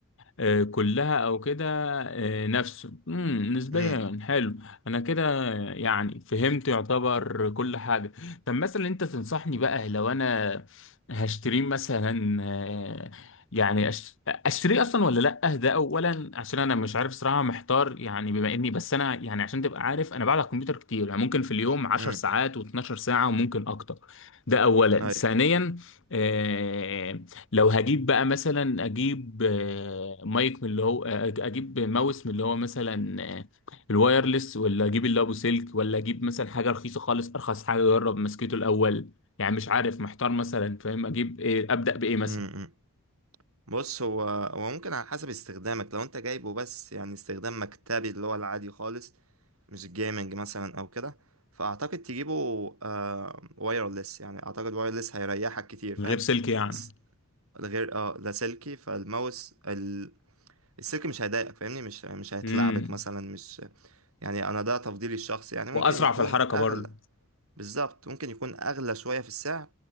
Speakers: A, on the left; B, on the right.
A: آه، كلها او كده آه، نفسه مم، نسبيا
B: امم
A: حلو انا كده يعني فهمت يعتبر كل حاجه طب مثلا انت تنصحني بقى لو انا هشتريه مثلا آه، يعني أش- اشتريه اصلا ولا لا ده اولا عشان انا مش عارف صراحه محتار يعني بما اني بس انا يعني عشان تبقى عارف انا بقعد على الكمبيوتر كتير يعني ممكن في اليوم 10
B: امم
A: ساعات و12 ساعه وممكن اكتر ده اولا
B: ايوه
A: ثانيا آه، لو هجيب بقى مثلا اجيب آه، مايك من اللي هو آه، اجيب ماوس من اللي هو مثلا آه، الوايرلس ولا اجيب اللي ابو سلك ولا اجيب مثلا حاجه رخيصه خالص ارخص حاجه اجرب مسكته الاول يعني مش عارف محتار مثلا فاهم اجيب ايه ابدا بايه مثلا
B: مم، مم. بص هو هو ممكن على حسب استخدامك لو انت جايبه بس يعني استخدام مكتبي اللي هو العادي خالص مش جيمنج مثلا او كده فاعتقد تجيبه آه وايرلس يعني اعتقد وايرلس هيريحك كتير فاهم
A: من غير سلك يعني
B: الس- غير اه لا سلكي فالماوس ال... السلكي مش هيضايقك فاهمني مش مش هيتلعبك
A: امم
B: مثلا مش يعني انا ده تفضيلي الشخصي يعني ممكن
A: واسرع
B: يكون
A: في الحركه
B: اغلى
A: برضه
B: بالظبط ممكن يكون أغلى شوية في السعر